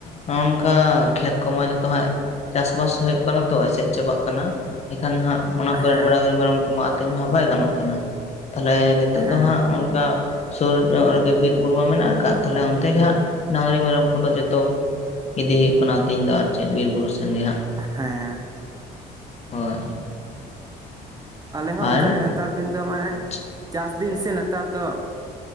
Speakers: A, on the left; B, on the right.
A: ᱱᱚᱜᱼᱚ ᱱᱚᱝᱠᱟ ᱠᱷᱮᱛ ᱠᱚᱢᱟ ᱡᱚᱛᱚ ᱦᱟᱸᱜ ᱪᱟᱥ ᱵᱟᱥ ᱦᱳᱭᱳᱜ ᱠᱟᱱᱟ ᱛᱚ ᱮᱥᱮᱫ ᱪᱟᱵᱟᱜ ᱠᱟᱱᱟ ᱮᱠᱷᱟᱱ ᱦᱟᱸᱜ ᱚᱱᱟ ᱠᱚᱨᱮ
B: ᱦᱮᱸ
A: ᱰᱟᱹᱝᱨᱤ ᱢᱮᱨᱚᱢ ᱠᱚᱢᱟ ᱟᱹᱛᱤᱧ ᱢᱟ ᱵᱟᱭ ᱜᱟᱱᱚᱜ ᱠᱟᱱᱟ, ᱛᱟᱦᱞᱮ ᱱᱤᱛᱚᱜ
B: ᱦᱮᱸ
A: ᱫᱚ ᱦᱟᱸᱜ ᱚᱱᱠᱟ ᱥᱳᱨ ᱧᱚᱜ ᱨᱮᱜᱮ ᱵᱤᱨ ᱵᱩᱨᱩ ᱢᱟ ᱢᱮᱱᱟᱜ ᱟᱠᱟᱫ ᱛᱟᱦᱚᱞᱮ ᱚᱱᱛᱮ ᱜᱮ ᱦᱟᱸᱜ ᱰᱟᱹᱝᱨᱤ ᱢᱮᱨᱚᱢ ᱠᱚᱫᱚ ᱡᱚᱛᱚ ᱤᱫᱤ ᱦᱩᱭᱩᱜ ᱠᱟᱱᱟ ᱟᱛᱤᱧ ᱫᱚ ᱟᱨ ᱪᱮᱫ ᱵᱤᱨ ᱵᱩᱨᱩ ᱥᱮᱱ ᱜᱮ ᱦᱟᱸᱜ
B: ᱦᱮᱸ
A: ᱦᱳᱭ
B: ᱟᱞᱮ ᱦᱚᱸ ᱚᱱᱠᱟᱜᱮ
A: ᱟᱨ
B: ᱱᱮᱛᱟᱨ ᱫᱤᱱ ᱫᱚ ᱢᱟᱱᱮ
A: ᱟᱪᱪᱷᱟ
B: ᱪᱟᱥ ᱫᱤᱱ ᱥᱮ ᱱᱮᱛᱟᱨ ᱫᱚ